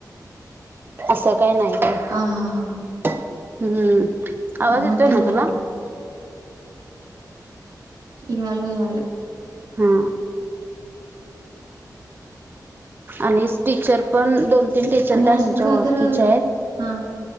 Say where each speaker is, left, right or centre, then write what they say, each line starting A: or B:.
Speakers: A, on the right; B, on the right.
A: अस काय नाही. ग
B: हा हा हा हा
A: हम्म, आवाज येतोय
B: मग ते
A: ना
B: बरं
A: तुला.
B: आहे मग. इयाल इयाला
A: हा आणि टीचर पण, दोन तीन टीचर
B: आणि
A: त्या
B: असलं
A: ह्याच्या
B: काय
A: ओळखीच्या
B: तर
A: आहेत.
B: हां.